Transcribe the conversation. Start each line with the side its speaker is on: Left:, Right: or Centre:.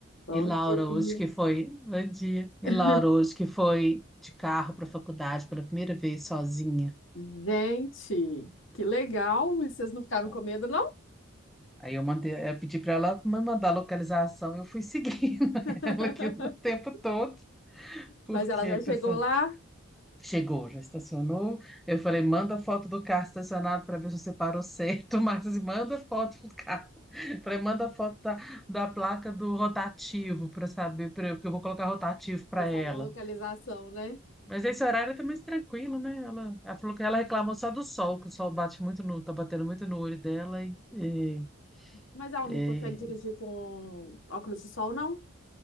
Left: Bom
Centre: E Laura
Left: dia.
Centre: hoje que foi, bom dia. E
Left: <laughs>
Centre: Laura hoje que foi de carro para a faculdade pela primeira vez sozinha.
Left: Gente, que legal! E vocês não ficaram
Centre: né?
Left: com medo, não?
Centre: Aí eu mandei, eu pedi para ela me mandar a localização, eu fui seguindo
Left: <laughs>
Centre: <laughs> ela aqui o tempo todo, porque
Left: Mas ela já
Centre: pensando,
Left: chegou lá,
Centre: chegou, já estacionou. Eu falei, manda foto do carro estacionado para ver se você parou certo, <laughs> O Marcos, manda foto do carro. Eu falei, manda foto da, da placa do rotativo para saber, pra, eu- que eu vou colocar rotativo para
Left: já sabe
Centre: ela.
Left: a localização, né?
Centre: Mas esse horário é mais tranquilo, né? Ela, ela falou que ela reclamou só do sol, que o sol bate muito no, tá batendo muito no olho dela e, e-
Left: Mas ela
Centre: e
Left: não consegue dirigir com óculos de sol, não?